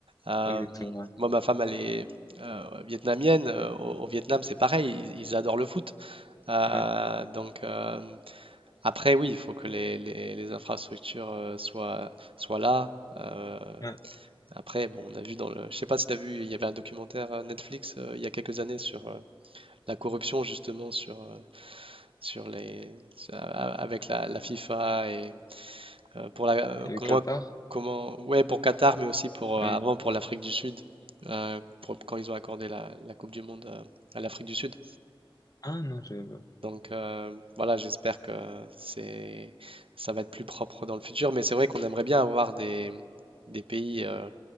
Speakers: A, on the right (about 85°); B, on the left (about 45°).
A: Euh,
B: exactement, ouais,
A: moi, ma femme, elle est euh, vietnamienne. euh, Au, au Vietnam, c'est pareil, ils, ils adorent le foot. Euh,
B: ouais,
A: donc, euh, après, oui, il faut que les, les- les infrastructures euh, soient, soient là. euh,
B: ouais.
A: après, bon, on a vu dans le, je sais pas si t'as vu, il y avait un documentaire euh, Netflix euh, il y a quelques années sur euh, la corruption justement sur euh, sur les sur- a- a- avec la, la FIFA et euh, pour la euh,
B: Et le
A: comment
B: Qatar?
A: comment ouais pour Qatar mais aussi pour
B: Ouais.
A: euh, avant pour l'Afrique du Sud euh, pour- quand ils ont accordé la, la Coupe du Monde à, à l'Afrique du Sud.
B: Ah non, je pas.
A: Donc euh, voilà, j'espère que c'est ça va être plus propre dans le futur, mais c'est vrai qu'on aimerait bien avoir des des pays euh,